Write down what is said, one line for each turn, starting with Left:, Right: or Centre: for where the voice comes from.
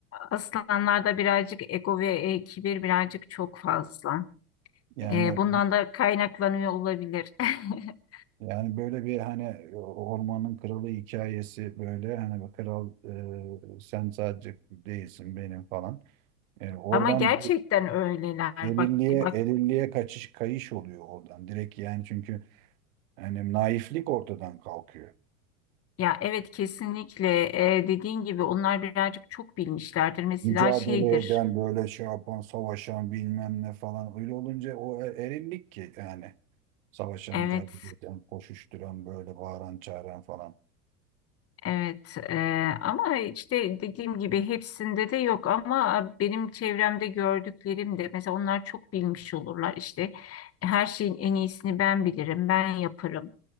Left: aslanlarda birazcık ego ve e, kibir birazcık çok fazla.
Right: yani
Left: E, bundan da kaynaklanıyor olabilir. <laughs>
Right: Yani böyle bir hani ormanın kralı hikayesi böyle hani bir kral e, sen sadece değilsin benim falan. E, oradan
Left: Ama gerçekten
Right: bu
Left: öyleler.
Right: erilliğe
Left: Bak bak
Right: erilliğe kaçış kayış oluyor oradan. Direkt yani çünkü hani naiflik ortadan kalkıyor.
Left: ya evet kesinlikle e, dediğin gibi onlar birazcık çok bilmişlerdir. Mesela
Right: Mücadele
Left: şeydir.
Right: eden böyle şey yapan savaşan bilmem ne falan öyle olunca o e- erillik ki yani savaşan
Left: Evet
Right: mücadele eden koşuşturan böyle bağıran çağıran falan.
Left: Evet eee, ama işte dediğim gibi hepsinde de yok ama benim çevremde gördüklerim de mesela onlar çok bilmiş olurlar işte her şeyin en iyisini ben bilirim ben yaparım